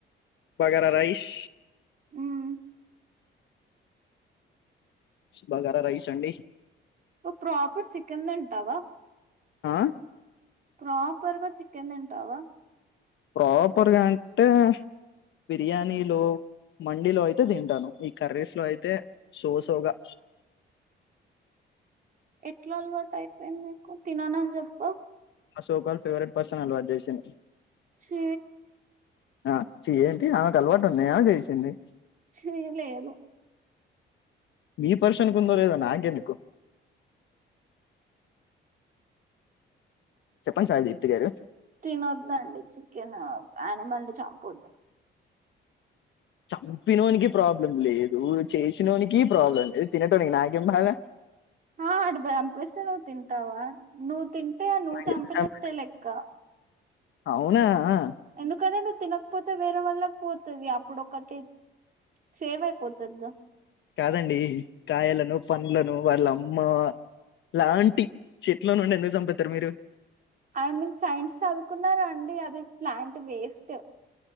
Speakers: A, on the left (about 70°); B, on the right (about 45°).
A: భగారా రైస్
B: మ్మ్
A: భగారా రైస్ అండి
B: ను ప్రాపర్ చికెన్ తింటవా
A: ఆ
B: ప్రాపర్ గా చికెన్ తింటవా
A: ప్రాపర్ గా అంటే బిర్యానీలు మండిలో అయితే తింటాను ఈ కర్రీస్ లో అయితే సో సో గా.
B: ఎట్ల అలవాటు అయిపోయింది నీకు తినను అని చెప్పావ్.
A: మా సో కాల్ ఫేవరెట్ పర్సన్ అలవాటు చేసింది.
B: చీ
A: ఆ చీ ఏంటి ఆమెకు అలవాటు ఉంది ఆమె చేసింది.
B: చీ లేదు.
A: మీ పర్సన్ కు ఉందో లేదో నాకు ఎందుకు. చెప్పండి సాయి దీప్తి గారు
B: తినొద్దండి చికెన్ యానిమల్ ని చం ఒద్దు
A: చంపినోనికి ప్రాబ్లం లేదు, చేసినోనికి ప్రాబ్లం లేదు, తినటోనికి నాకేం బాధ.
B: ఆ అడు బంపిస్తే నువ్వు తింటావా నువ్ తిం టే నువ్వు
A: నాకు
B: చంపినట్టే
A: చెప్పిన
B: లెక్క.
A: అవునా
B: ఎందుకంటే నువ్వు తినకపోతే వేరే వాళ్ళకి పోతది అప్పుడు ఒకరికే సేవైపోతది గా
A: కాదండి కాయలను, పండ్లను, వాళ్ళ అమ్మ లాంటి చెట్ల నుండి ఎందుకు చంపేత్తరు మీరు?
B: ఐ మీన్ సైన్స్ చదువుకున్నార అండి అది ప్లాంట్ వేస్ట్